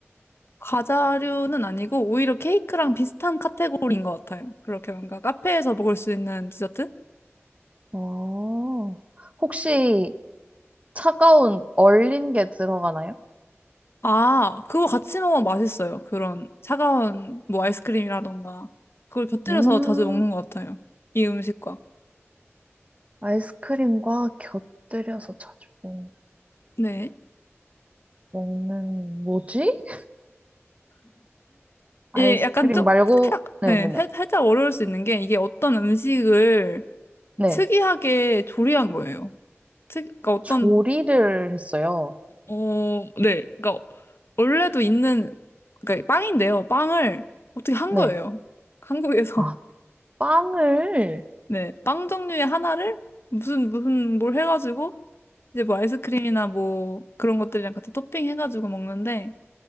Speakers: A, on the left; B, on the right.
A: 과자류는 아니고 오히려 케이크랑 비슷한 카테고리인 것 같아요. 그렇게 뭔가 카페에서 먹을 수 있는 디저트?
B: 어, 혹시 차가운 얼린 게 들어가나요?
A: 아, 그거 같이 먹으면 맛있어요. 그런 차가운 뭐 아이스크림이라던가. 그걸 곁들여서
B: 음,
A: 자주 먹는 것 같아요. 이 음식과.
B: 아이스크림과 곁들여서 자주 먹-
A: 네.
B: 먹는, 뭐지? 아이스크림
A: 예, 약간 좀,
B: 말고,
A: 살짝,
B: 네네네.
A: 예, 살,
B: 네.
A: 살짝 어려울 수 있는 게 이게 어떤 음식을
B: 네.
A: 특이하게
B: 네.
A: 조리한 거예요. 특, 그러니까 어떤,
B: 조리를 했어요.
A: 어, 네. 그러니까 원래도 있는, 그러니까 빵인데요. 빵을 어떻게 한
B: 네.
A: 거예요. 한국에서.
B: 아, 빵을
A: <laughs> 네. 빵 종류의 하나를 무슨, 무슨 뭘 해가지고 이제 뭐 아이스크림이나 뭐 그런 것들이랑 같이 토핑해가지고 먹는데